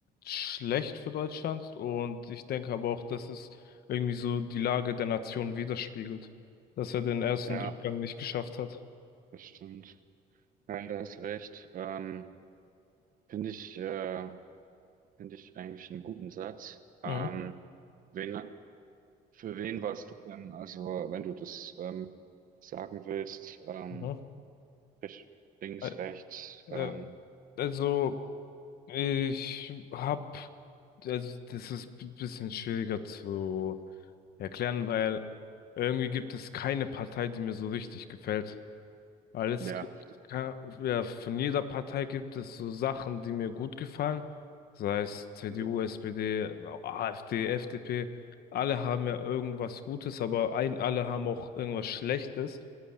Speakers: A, on the left (about 65°); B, on the right (about 55°).
A: schlecht für Deutschland und ich denke aber auch, dass es irgendwie so die Lage der Nation widerspiegelt, dass er den ersten
B: ja,
A: Durchgang nicht geschafft hat.
B: bestimmt. Nein, du hast recht. Ähm, finde ich, äh, finde ich eigentlich einen guten Satz. Ähm,
A: Mhm.
B: wen, für wen warst du denn, also wenn du das ähm, sagen willst, ähm,
A: Mhm.
B: rech- links,
A: Äh,
B: rechts,
A: äh,
B: ähm,
A: also Ich hab, also das ist ein bisschen schwieriger zu erklären, weil irgendwie gibt es keine Partei, die mir so richtig gefällt. Weil es
B: ja,
A: gibt, ka- ja, von jeder Partei gibt es so Sachen, die mir gut gefallen. Sei es CDU,
B: mhm,
A: SPD, AfD, FDP. Alle haben ja irgendwas Gutes, aber ein, alle haben auch irgendwas Schlechtes.